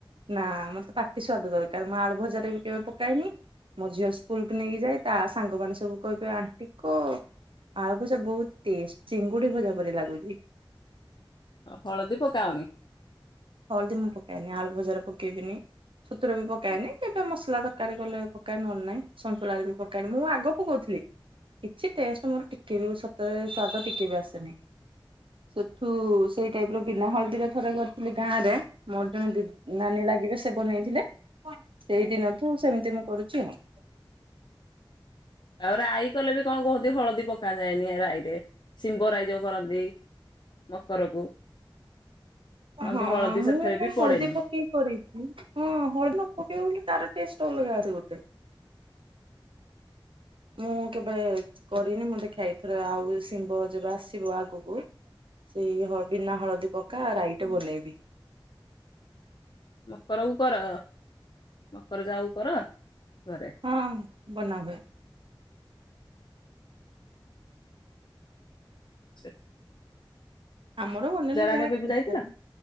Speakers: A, on the right (about 70°); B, on the left (about 55°).
A: ନା ମତେ ପାଟି ସ୍ବାଦ ଦରକାର ମୁଁ ଆଳୁ ଭଜାରେ ବି କେବେ ପକାଏନି। ମୋ ଝିଅ ସ୍କୁଲକୁୁ ନେଇକି ଯାଏ ତା ସାଙ୍ଗ ମାନ ସବୁ କହିବେ ଆଣ୍ଟି କ ଆଳୁ ଭଜା ବହୁତ ଟେଷ୍ଟ ଚିଙ୍ଗୁଡି ଭଜା ପରି ଲାଗୁଛି।
B: ହଳଦୀ ପକାଅନି।
A: ହଳଦି ମୁଁ ପକାଏନି ଆଳୁ ଭଜାରେ ପକେଇବିନି। ସନ୍ତୁଳାରେ ବି ପକାଏନି କେବେ ମସଲା ଦରକାର ଗଲେ ପକାଏ ନହଲେ ନାହିଁ ସନ୍ତୁଳାରେ ବି ପକାଏନି ମୁଁ ଆଗକୁ କହୁଥିଲି। କିଛି ଟେଷ୍ଟ ମୋର ଟିକେ ବି ସତରେ ସ୍ଵାଦ ଟିକେ ବି ଆସେନି। ସେଠୁ ତୁ ସେଇ ଟାଇପ ର ପିଲା ହଳଦୀର ଥରେ କ ଗାଁ ରେ ମୋର ଜଣେ ନାନୀ ଲାଗିବେ ସେ ବନେଇଥିଲେ। ସେଇଦିନ ଠୁ ସେମିତି ମୁଁ କରୁଛି ଆଉ।
B: ଆଉ ରାଇ କଲେ ବି କଣ କୁହନ୍ତି ହଳଦୀ ପକା ଯାଏନି ରାଇରେ। ଶିମ୍ବରାଇ ଯଉ କରନ୍ତି ମକରକୁ। କହନ୍ତି
A: ହଁ
B: ହଳଦୀ
A: ମୁଁ
B: ସେଥିରେ
A: କାହି
B: ବି ପଡେନି।
A: ହଳଦୀ ପକେଇକି କରିଛି। ହଁ ହଳଦି ନ ପକେଇବା ବୋଲି ତାର ଟେଷ୍ଟ ଅଲଗା ଆସେ ଗୋଟେ। ମୁଁ କେବେ କରିନି ମୋ ଦେଖଥରେ ଆଉ ଶିମ୍ବ ଯେବେ ଆସିବ ଆଗକୁ ସେଇ ହ ବିନା ହଳଦୀ ପକା ରାଇଟେ ବନେଇବି।
B: ମକରକୁ କର ମକର ଯାଉ କର ଘରେ
A: ହଁ ବନାଉ।
B: ଆଛା।
A: ଆମର ବନେଇଲେ
B: ଆଡେ
A: ମୁଁ <unintelligible>
B: ଏବେ ଯାଇଥିଲ